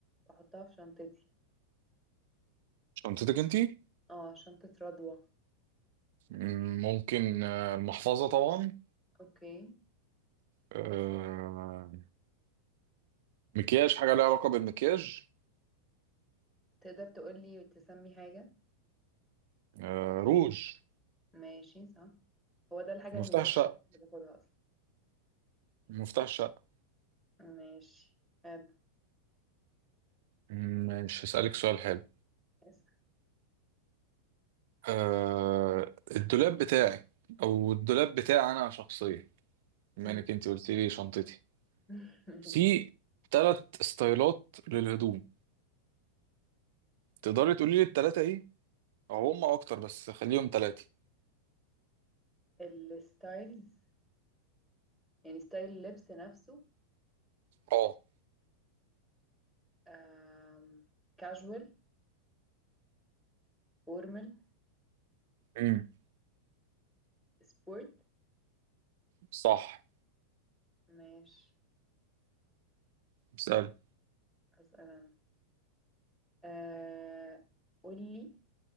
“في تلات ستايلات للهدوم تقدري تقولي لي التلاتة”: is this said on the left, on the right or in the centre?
Right